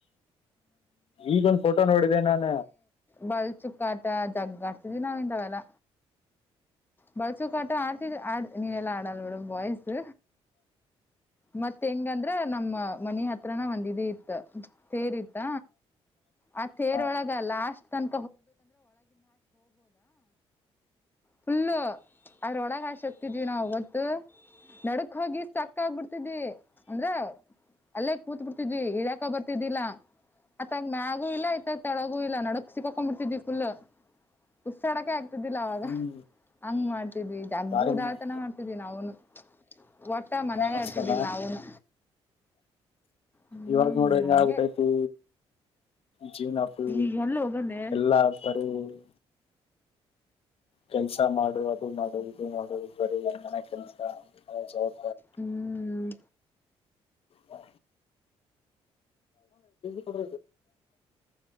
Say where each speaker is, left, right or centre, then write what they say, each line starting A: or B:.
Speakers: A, on the left (about 55°); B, on the left (about 20°).
A: ಈಗೊಂದ ಫೋಟೋ ನೋಡಿದೆೆ ನಾನ.
B: ಬಳ್ ಚುಕ್ಕ ಆಟ ಡಗ್ಗ ಆಡ್ತಿದ್ವಿ ನಾವ ಇಂತಾವೆಲ್ಲ. ಬಳ್ ಚುಕ್ಕಾ ಆಟ ಆಡ್ತಿದ ಆಡ ನೀವೆಲ್ಲಾ ಆಡೊಲ್ಲ ಬಿಡು ಬಾಯ್ಸ್ದ ಮತ್ತ ಹೆಂಗಂದ್ರ ನಮ್ಮ ಮನಿ ಹತ್ರನ ಒಂದ್ ಇದು ಇತ್ತ ತೇರ್ ಇತ್ತ ಆ ತೇರೊಳಗ
A: ಹಾ
B: ಲಾಸ್ಟ್ ತನ ಫುಲ್ಲು ಅದ್ರೊಳಗ ಹಶಿ ಹಕ್ತಿದ್ವಿ ನಾವು ಗೊತ್ತು ನಡಕ್ ಹೋಗಿ ಸ್ಟ್ರಕ್ ಆಗ್ಬಿಡ್ತಿದ್ವಿ ಅಂದ್ರ ಅಲ್ಲೇ ಕೂತ್ ಬಿಡ್ತಿದ್ವಿ ಇಳಿಯಕ ಬರ್ತಿದ್ದಿಲ್ಲ ಅತ್ತಾಗ ಮ್ಯಾಗೂ ಇಲ್ಲ ಇತಾಗ ತಳಗೂ ಇಲ್ಲ ನಡಕ್ ಸಿಕ್ಕಕೊಂಡ ಬಿಡ್ತಿದ್ವಿ ಫುಲ್ಲ ಉಸಿರಾಡೋಕೆ ಆಗ್ತಿದ್ದಿಲ್ಲ ಅವಾಗ.
A: ಹ್ಮ್
B: ಹಂಗ ಮಾಡ್ತಿದ್ವಿ ಜಗ್ಗ
A: ಬಾರಿ
B: ಉಡಳತನ
A: ಮ-
B: ಮಾಡ್ತಿದ್ವಿ ನಾವುನು ಒಟ್ಟ. ಒಟ್ಟ ಮನ್ಯಾಗ
A: ಮಸ್ತ್
B: ಇರ್ತಿದ್ದಿಲ್ಲ
A: ಅಲ್ಲ
B: ನಾವುನು. ಹ್ಮ್
A: ಇವಾಗ ನೋಡ ಹಿಂಗ
B: ಹಂಗೆ
A: ಆಗಿ ಬಿಟೈತಿ. ಜೀವನಪು
B: ಈಗ ಎಲ್ಲಿ ಹೋಗನೆ
A: ಎಲ್ಲಾ ಬರೆ. <inaudible> ಕೆಲ್ಸ ಮಾಡು ಅದು ಮಾಡುದು ಇದು ಮಾಡುದು ಬರ ಎನ ಕೆಲ್ಸ ಜವಾಬ
B: ಹ್ಮ್
A: ಹಾ ಕೊಡ